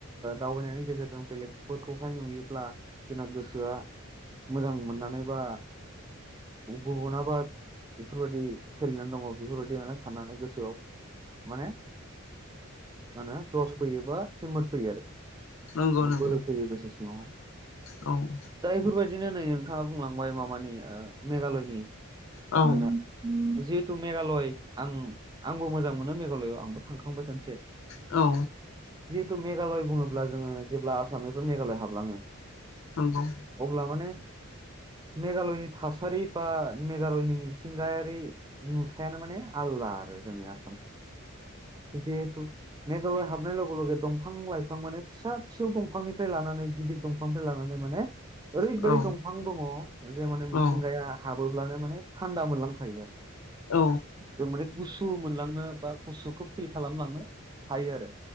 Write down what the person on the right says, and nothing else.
दावबायनायनि गेजेरजों बेलेगफोरखौहाय नुयोब्ला जोंना गोसोआ मोजां मोननानै बा गुबुनाबा बेफोरबायदि सोलिनानै दंङो बेफोरबायदि माने साननानै गोसोआव माने मा होनो जस फैयोबा हिमत फैयो आरो।
आरो
बोलो गोसो सिंङावहाय
दा बेफोरबायदिनो नै नोंथांङा बुंलांबाय माबानि मेघालयनि
खोथा जिहेतु मेघालय आं आंबो मोजां मोनो मेघालआव आंबो थांखांबाय खोनसे
जिहेथु मेघालय बुंङोब्ला जोंङो जेब्ला आसामनिथ' मेघालय हाबलाङो
अब्ला माने मेघालयनि थासारि बा मेघालयनि मिथिं थिंगायारि नुथायानो माने आलदा आरो जोंनिया जिहेतु मेघालय हाबनाय लोगो लोगोे दंफां लाइफां माने फिसा फिसौ दंफांनिफ्राय लानानै गिदिर दंफांनिफ्राय लानानै माने ओरैबायदि
दंफां दंङो ओरै माने मिथिंगाया
हाबोब्लानो माने थायो आरो
जों माने गुसु मोनलांनो बा गुुसुखौ फिल खालामांनो हायो आरो